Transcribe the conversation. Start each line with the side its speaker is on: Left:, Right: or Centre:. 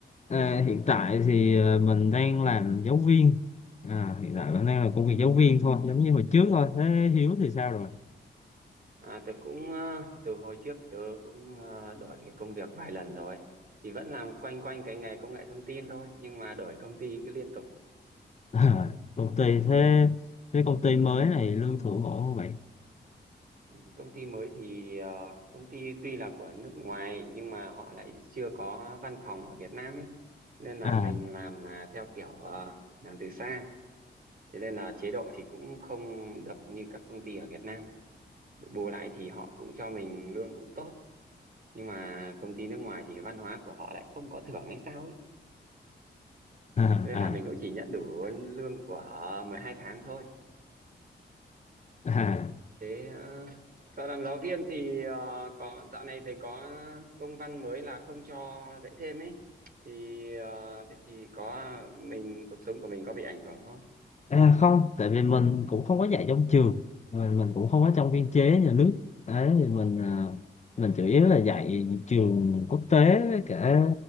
Left: À, hiện tại thì à, mình đang làm giáo viên, à, hiện tại mình đang làm công việc giáo viên thôi, giống như hồi trước thôi. Thế Hiếu thì sao rồi?
Right: À, tớ cũng ờ, từ hồi trước thì tớ cũng ờ, đổi cái công việc vài lần rồi. Thì vẫn làm quanh quanh cái nghề công nghệ thông tin thôi, nhưng mà đổi công ty cứ liên tục.
Left: À, công ty thế, thế công ty mới này lương thưởng ổn không vậy?
Right: Ừ, Công ty mới thì ờ, công ty tuy là của nước ngoài nhưng mà họ lại chưa có văn phòng ở Việt Nam ấy. Nên là
Left: À,
Right: mình làm là theo kiểu ờ, làm từ xa. thế nên là chế độ thì cũng không được như các công ty ở Việt Nam bù lại thì họ cũng cho mình lương cũng tốt nhưng mà công ty nước ngoài thì văn hóa của họ lại không có thưởng hay sao ấy
Left: à,
Right: nên
Left: à,
Right: là mình cũng chỉ nhận đủ lương của 12 tháng thôi
Left: à.
Right: thế ờ, còn làm giáo viên thì ờ, có dạo này thầy có công văn mới là không cho dạy thêm ấy thì ờ, thế thì có mình cuộc sống của mình có bị ảnh hưởng không
Left: À không, tại vì mình cũng không có dạy trong trường, mình mình cũng không có trong biên chế nhà nước. Đấy thì mình à,
Right: ừ.
Left: mình chủ yếu là dạy trường quốc tế với cả